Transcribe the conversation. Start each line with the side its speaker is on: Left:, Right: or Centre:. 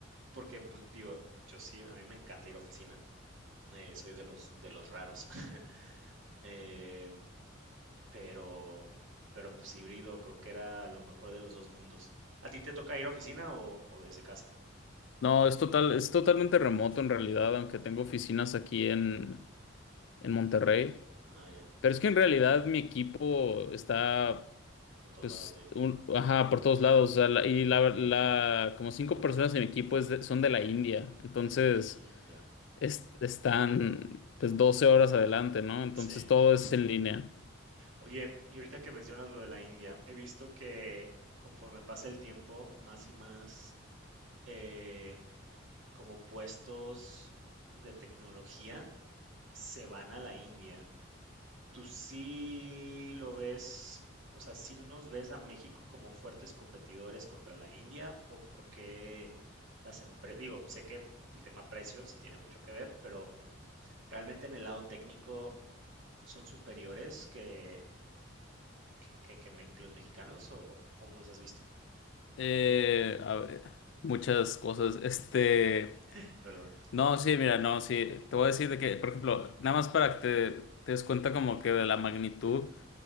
Right: porque pues digo, yo sí, a mí me encanta ir a oficina. eh, soy de los, de los raros. <laughs> Em, pero, pero pues híbrido creo que era lo mejor de los dos mundos. ¿A ti te toca ir a oficina o, o desde casa?
Left: No, es total, es totalmente remoto en realidad, aunque tengo oficinas aquí en, en Monterrey.
Right: Ah, ya,
Left: Pero es que en realidad mi equipo está
Right: por todos
Left: Pues,
Right: lados, sí.
Left: un- ajá, por todos lados. o sea, la- y la, la, como cinco personas en mi equipo es de- son de la India. Entonces,
Right: Mm, ya,
Left: es- están pues 12 horas adelante, ¿no? Entonces,
Right: sí.
Left: todo es en línea.
Right: Oye, y ahorita que mencionas lo de la India, he visto que conforme pasa el tiempo, más y más eh, como puestos de tecnología se van a la India. tú sí lo ves, o sea, sí nos ves a México como fuertes competidores contra la India o por qué las empresas, digo, sé que el tema precio sí tiene mucho que ver, pero realmente en el lado técnico son superiores que, que, que- que me- que los mexicanos o, o cómo los has visto?
Left: Eh, a ver, muchas cosas. Este,
Right: <laughs> Perdón.
Left: no, sí, mira, no, sí, te voy a decir de que, por ejemplo, nada más para que te, te des cuenta como que de la magnitud.